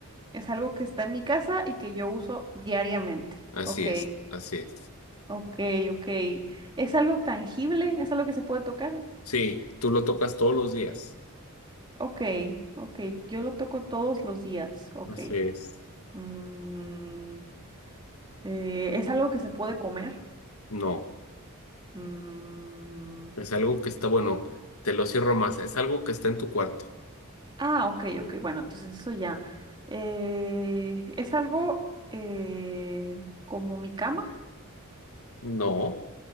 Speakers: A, on the right; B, on the left.
A: Es algo que está en mi casa y que yo uso diariamente.
B: Así
A: Ok,
B: es, así es.
A: ok, ok. ¿Es algo tangible? ¿Es algo que se puede tocar?
B: Sí, tú lo tocas todos los días.
A: Ok, ok. Yo lo toco todos los días. Ok.
B: Entonces,
A: Mm, eh, ¿es algo que se puede comer?
B: no,
A: Mm,
B: es algo que está, bueno, te lo cierro más, es algo que está en tu cuarto.
A: Ah, ok, ok, bueno, entonces eso ya. Eh, es algo eh, como mi cama.
B: No,